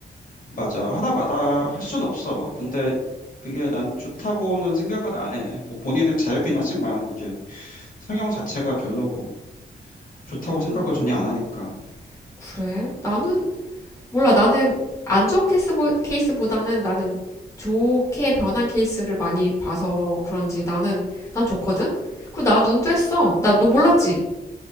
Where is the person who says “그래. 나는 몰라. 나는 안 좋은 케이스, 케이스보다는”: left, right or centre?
Left